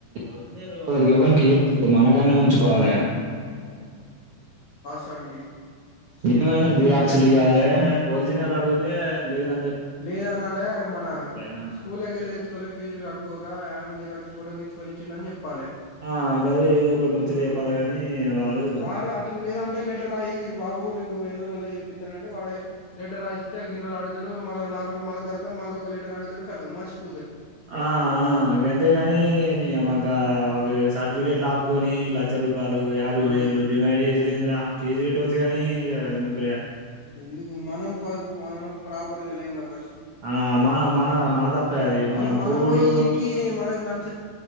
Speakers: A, on the right; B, on the left.
A: ఒరిజినల్ వాళ్ళకి ఎవ్వరికీ ఇయ్యొద్దు మనకాడనే ఉంచుకోవాలి.
B: పనికి
A: ఏమైనా జిరాక్సులు ఇయ్యాల ఒఓరిజినల్ అడిగితే లేదం
B: లేద అనాలే మన
A: ఆ
B: స్కూల్కి వెళ్ళి తెచ్చుకోలే ఫీజులు కట్టుకోక అని జిరాక్స్ ఫోటో తీయించుకొనిచ్చిండని అని చెప్పాల.
A: ఆ గదే ఏదో ఒకటి ముచ్చట
B: మ్
A: చెప్పాలి గాని వాడు
B: వారు అట్లాలేదంటే లెటర్ రాయి బాబు నేను ఎన్ని రోజుల్లో చెప్పిస్తా అంటే వాడు లెటర్ రాసిస్తే గిన్ని రోజుల్లో అడుగుతాడు. నాలుగు రోజుల్లో మళ్ళా తర్వాత మళ్ళా ఒక ఆడుగుతారు ఖతం మరిసిపోతారు.
A: ఆ ఆ గంతేగాని నీయవ్వా గా సర్టిఫికెట్లు ఆపుకొని లక్ష రూపాయలు యాభై
B: ఆ
A: వేలు డిమాండ్ చేసేదిఏందిరా? కేసు పెట్టొచ్చు గాని ఇగ నువ్వు
B: ఎందుకు మనం ప్రాపర్గా లేమ్ గా ఫస్ట్.
A: ఆ మన మన మన తప్పే అది
B: మనం మనం
A: పోవుడు
B: పోయి ఈడికి మనకు నచ్చ